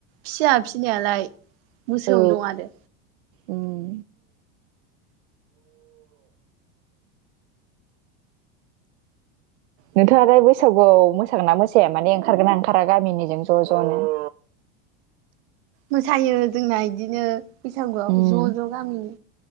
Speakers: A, on the right (about 65°); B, on the right (about 85°).
A: फिया फिनायालाय। मोसौ
B: औ
A: दं आरो।
B: उम नोंथाङालाय बैसागुयाव मोसायोना मोसाया माने ओंखारगोना ओंखारा गामिनिजों ज' ज'नो? <inaudible>
A: मोसायो जोंना इदिनो बैसागुयाव
B: उम
A: ज' ज' गामिनि।